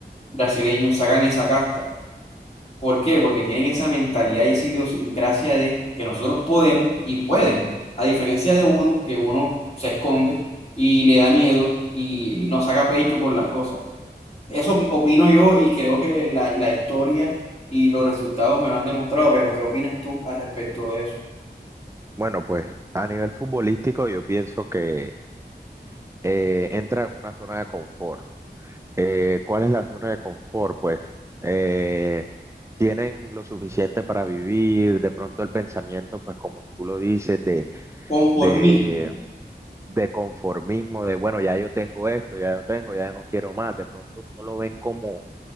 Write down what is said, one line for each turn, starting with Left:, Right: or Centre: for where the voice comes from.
Left: brasileños, sacan esa casta? ¿Por qué? Porque tienen esa mentalidad y esa idiosincrasia de que nosotros podemos y pueden. A diferencia de uno, que uno se esconde y le da miedo y, y no saca pecho por las cosas. Eso opi- opino yo y creo que la, la historia y los resultados me lo han demostrado, pero ¿qué opinas tú al respecto de eso?
Right: Bueno, pues a nivel futbolístico yo pienso que eh, entra en una zona de confort. Eh, ¿cuál es la zona de confort? Pues eh, tienen lo suficiente para vivir, de pronto el pensamiento, pues como tú lo dices, de,
Left: Conformismo.
Right: de, de conformismo, de bueno, ya yo tengo esto, ya yo tengo, ya no quiero más, de pronto no lo ven como,